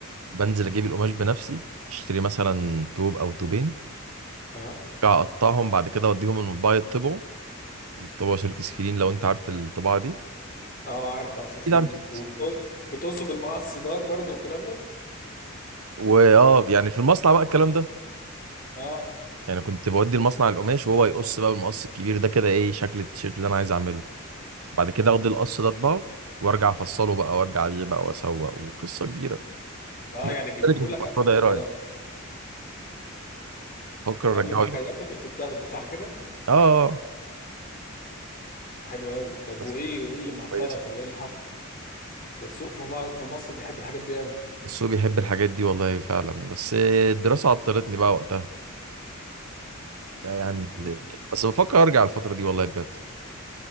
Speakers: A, on the right (about 90°); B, on the left (about 45°).
A: بنزل اجيب القماش بنفسي اشتري مثلا توب او توبين
B: اه
A: أرجع اقطعهم بعد كده اوديهم المطبعه يطبعوا يطبعوا سلك سكرين لو انت عارف الطباعه دي
B: اه عارف طبعا سكرين سكرين،
A: اكيد عارف سلك سكرين.
B: وبتقصه بالمقص دار برضه والكلام ده
A: واه يعني في المصنع بقى الكلام ده
B: اه
A: يعني كنت بودي المصنع القماش وهو يقص بقى بالمقص الكبير ده كده ايه شكل التيشيرت اللي انا عايز اعمله بعد كده اخد القص ده اطبعه وارجع افصله بقى وارجع ابيع بقى واسوق وقصه كبيره
B: اه
A: ما
B: يعني
A: تختلفي
B: بيديهولك
A: في المشروع
B: قبل
A: ده
B: ما
A: ايه
B: يخيطه
A: رايك فكر ارجعه
B: قبل ما يخيطوا
A: تاني.
B: كنت بتاخده صح كده
A: اه آه.
B: حلو قوي طب
A: بس
B: وايه ايه اللي معطلك
A: كويس
B: ولا ايه اللي حصل ده السوق في مصر في مصر بيحب الحاجات دي قوي
A: السوق بيحب الحاجات دي والله فعلا بس الدراسه عطلتني بقى وقتها ده يعني
B: اوكي
A: اللي- بس بفكر ارجع الفتره دي والله بجد